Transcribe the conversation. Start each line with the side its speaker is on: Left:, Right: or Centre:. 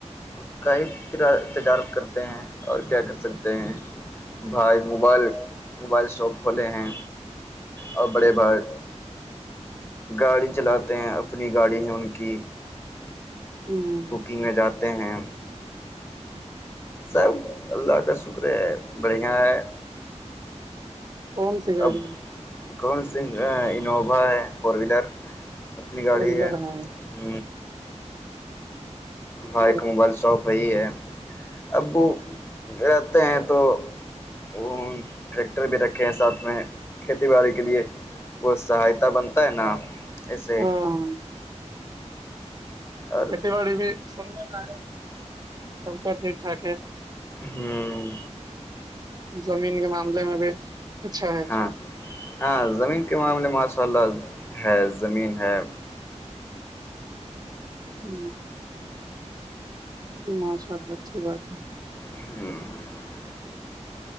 Left: اس کا ہی تجارت کرتے ہیں اور کیا کر سکتے ہیں بھائی موبائل موبائل شاپ کھولے ہیں اور بڑے بھر گاڑی چلاتے ہیں اپنی گاڑی ہے ان کی
Right: ہوں
Left: بکنگ میں جاتے ہیں سب اللہ کا شکر ہے بڑھیا ہے
Right: کون سی گاڑی
Left: اب
Right: ہے
Left: کون س انووا ہے فور وہیلر اپنی گاڑی
Right: فور ویلر
Left: ہے
Right: ہوں،
Left: ہ بھائی
Right: اور
Left: کا موبائل شاپ ہےی ہے ابو رہتے ہیں تو وہ ٹریکٹر بھی رکھے ہیں ساتھ میں کھیتی باڑی کے لیے وہ سہایتا بنتا ہے نا ایسے
Right: ہاں
Left: اور
Right: کھیتی باڑی بھی سندر نہ ہے سب کا ٹھیک ٹھاک ہے
Left: ہوں
Right: زمین کے معاملے میں بھی اچھا ہے
Left: ہاں ہاں زمین کے معاملے ماشاء اللہ ہے زمین ہے
Right: ہوں ماشاء اللہ اچھی بات ہے
Left: ہوں